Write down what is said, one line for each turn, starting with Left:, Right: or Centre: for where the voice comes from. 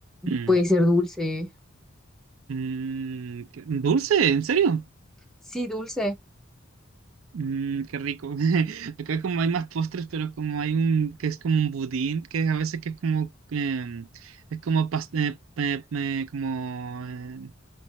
Right: Mm,
Centre: puede ser dulce.
Right: mm, ¿qué- dulce, ¿en serio?
Centre: Sí, dulce.
Right: Mm, qué rico. <laughs> Acá como hay más postres, pero como hay un que es como un budín, que a veces que es como em, es como pas- eh, pe- eh, como eh,